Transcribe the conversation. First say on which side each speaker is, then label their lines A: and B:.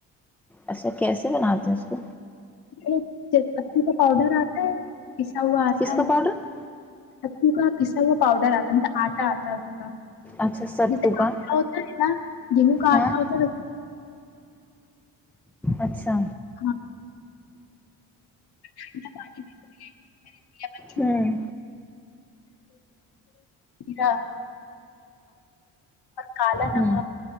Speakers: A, in the centre; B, on the left.
A: اچھا کیسے بناتے ہیں اس کو
B: ایک چسمتی کا پاؤڈر آتا ہے پیسا ہوا آتا
A: کس کا
B: ہے
A: پاؤڈر
B: پو کا پسا ہوا پاؤڈر آتا ہے مطلب آٹا آتا
A: اچھا ستو
B: جیسے
A: کا
B: آٹا ہوتا ہے نا گیہوں کا
A: ہاں
B: آٹا ہوتا ہےسے
A: اچھا
B: ہاں ٹھنڈا پانی میں، لیمن
A: ہوں
B: ا کال
A: ہوں
B: ن